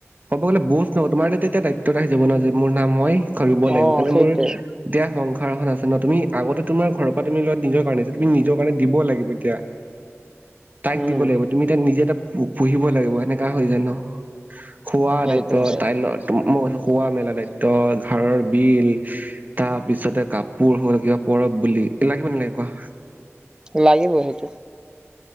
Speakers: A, on the right; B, on the right.
A: ক'ব গ'লে বজ নহ তোমাৰ এ এতিয়া দায়িত্ব এটা আহি যাব নোৱাৰ যে মোৰ নাম মই কৰিবই
B: অ
A: লাগিব কাৰণে
B: সেইটোৱে
A: মোৰ এতিয়া সংসাৰ খন আছে তুমি আগতে তোমাৰ ঘৰৰ পৰা তুমি লোৱা নিজৰ কাৰণে তুমি নিজৰ কাৰণে দিব লাগিব এতিয়া তাইক
B: উম
A: দিব লাগিব তুমি তাই নিজে এটা পু়হিব লাগিব এনেকা হৈ ন খোৱা
B: সেইটোতো
A: দায়িত্ব
B: হয়
A: তাই ল মই শুৱ মেলা দায়িত্ব ঘাৰৰ বিল তাৰপিছতে কাপোৰ হ'ল কিবা পৰব বুলি লাগিব নালাগে কোৱা
B: লাগিব সেইটো